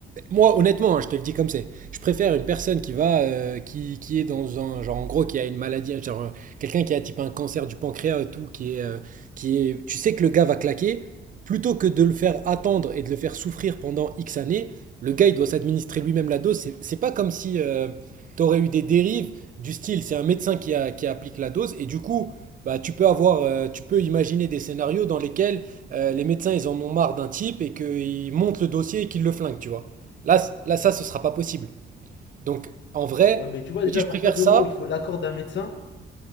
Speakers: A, on the right; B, on the left.
A: Moi, honnêtement, hein, je te le dis comme c'est. Je préfère une personne qui va, euh, qui, qui est dans un genre, en gros, qui a une maladie, genre euh, quelqu'un qui a type un cancer du pancréas et tout, qui est, euh, qui est, tu sais que le gars va claquer, plutôt que de le faire attendre et de le faire souffrir pendant X années. Le gars, il doit s'administrer lui-même la dose. C'est c'est pas comme si tu aurais eu des dérives du style, c'est un médecin qui, a- qui applique la dose et du coup. Bah, tu peux avoir, euh, tu peux imaginer des scénarios dans lesquels euh, les médecins ils en ont marre d'un type et qu'ils montent le dossier et qu'ils le flinguent, tu vois. Là, c- là, ça, ce sera pas possible. Donc, en vrai,
B: Ouais, mais tu vois,
A: je
B: déjà,
A: me dis, je
B: à partir
A: préfère
B: du
A: ça.
B: moment où il faut l'accord d'un médecin,